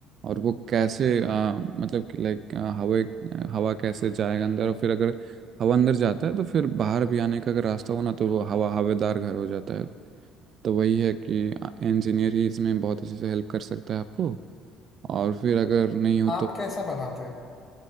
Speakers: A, on the right; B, on the left.
A: और वो कैसे आ, मतलब कि लाइक हवा हवा कैसे जाएगा अंदर और फिर अगर हवा अंदर जाता है तो फिर बाहर भी आने का अगर रास्ता हो ना तो वो हवा हवादार घर हो जाता है तो वही है कि इंजीनियर ही इसमें बहुत अच्छे से हेल्प कर सकता है आपको और फिर अगर नहीं हो
B: आप
A: तो
B: कैसा बनाते हैं